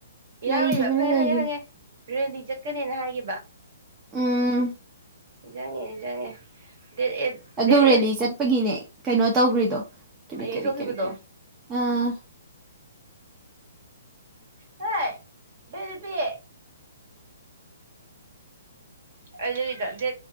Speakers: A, on the right; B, on the right.
A: ꯏꯔꯥꯡ
B: ꯂꯩꯈꯤꯕꯅꯤ
A: ꯂꯩꯕ ꯈꯪꯉꯦ
B: ꯂꯩꯈꯤꯕ
A: ꯍꯪꯉꯦ ꯍꯪꯉꯦ ꯔꯦꯂꯤ ꯆꯠꯀꯅꯦꯅ ꯍꯥꯏꯕ
B: ꯎꯝ
A: ꯌꯥꯡꯉꯦ ꯆꯪꯉꯦ ꯗꯦꯠ ꯑꯦ
B: ꯑꯗꯨ
A: ꯗꯦꯠ
B: ꯔꯦꯂꯤ
A: ꯑꯦꯠ
B: ꯆꯠꯄꯒꯤꯅꯦ ꯀꯩꯅꯣ ꯇꯧꯈ꯭ꯔꯤꯗꯣ ꯀꯦꯔꯤ
A: ꯌꯩꯊꯣꯛꯈꯤꯕꯗꯣ
B: ꯀꯔꯤ ꯀꯦꯔꯤ ꯀꯔꯤ ꯑꯥ
A: ꯇ ꯕꯔꯤ ꯄ ꯑꯗꯨꯒꯤꯗꯅ